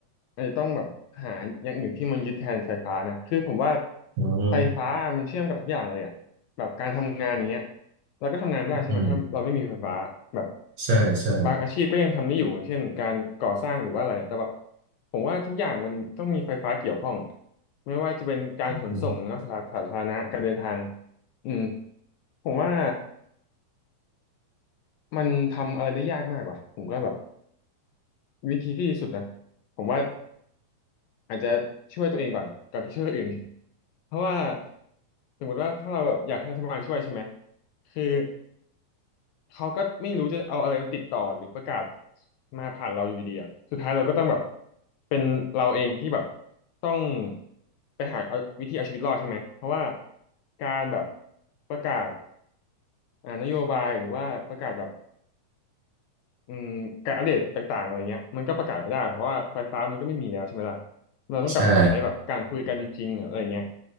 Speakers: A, on the left; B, on the right.
A: ไอ้ต้องแบบหาอย่างอื่นที่มันยึดแทนไฟฟ้านะคือผมว่า
B: อืม
A: ไฟฟ้ามันเชื่อมกับทุกอย่างเลยอะแบบการทำงานอย่างเงี้ยเราก็ทำงานไม่ได้ใช่ไหมถ้าเราไม่มีไฟฟ้าแบบ
B: อืมใช่ใช่
A: บางอาชีพก็ยังทำได้อยู่อย่างเช่นการก่อสร้างหรือว่าอะไรแต่แบบผมว่าทุกอย่างมันต้องมีไฟฟ้าเกี่ยวข้องไม่ว่าจะเป็นการขนส่งนะสาธารณะการเดินทาง
B: อืม
A: อืมผมว่ามันทำอะไรได้ยากมากว่ะผมก็แบบวิธีที่ดีสุดนะผมว่า อาจจะช่วยตัวเองก่อนก่อนที่ช่วยคนอื่น <laughs> เพราะว่าสมมติว่าถ้าเราแบบอยากให้รัฐบาลช่วยใช่ไหมคือเขาก็ไม่รู้จะเอาอะไรมาติดต่อหรือประกาศมาผ่านเราอยู่ดีอ่ะสุดท้ายเราก็ต้องแบบเป็นเราเองที่แบบต้องไปหาเอาวิธีเอาชีวิตรอดใช่ไหมเพราะว่าการแบบประกาศอ่านโยบายหรือว่าประกาศแบบ อืมการอัปเดตต่างๆอะไรเงี้ยมันก็ประกาศไม่ได้เพราะว่าไฟฟ้ามันก็ไม่มีแล้วใช่ไหมล่ะเราต้องกลับมาใช้แบบการคุยกันจริงๆอะไรเงี้ย
B: ใช่